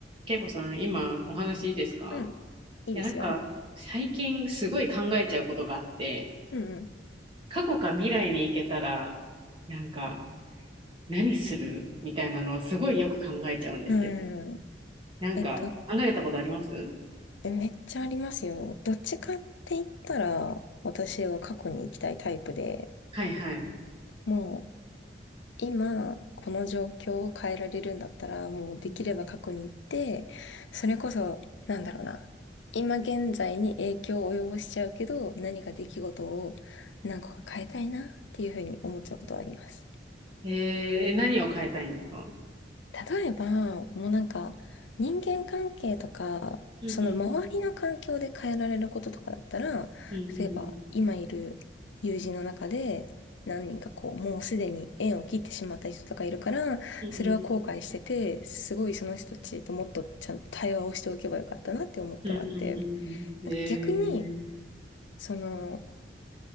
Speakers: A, on the right; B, on the left.
A: 恵子さん、今お話いいですか
B: うん。いいですよ。
A: いや、なんか最近すごい考えちゃうことがあって、
B: うん
A: 過去か未来に行けたら、なんか何するみたいなのをすごいよく考えちゃうんですけど、
B: うん。うん。
A: なんか考えたことあります
B: え、とめっちゃありますよ。どっちかって言ったら、私は過去に行きたいタイプで、
A: はいはい。
B: もう今、この状況を変えられるんだったら、もうできれば過去に行って、
A: うん
B: それこそ、なんだろうな。今現在に影響を及ぼしちゃうけど、何か出来事を何個か変えたいなっていうふうに思っちゃうことはあります。
A: えー、何を変えたいんですか
B: 例えば、もうなんか、人間関係とか、
A: うんうん
B: その周りの環境で変えられることとかだったら、
A: うんうん
B: 例えば、今いる友人の中で、何人かこう、もうすでに縁を切ってしまった人とかいるから、
A: うんうん
B: それは後悔してて、すごいその人たちともっとちゃんと対話をしておけばよかったなって思うことがあって、
A: うんうんうんうんうん。
B: なんか逆に、
A: えー
B: その、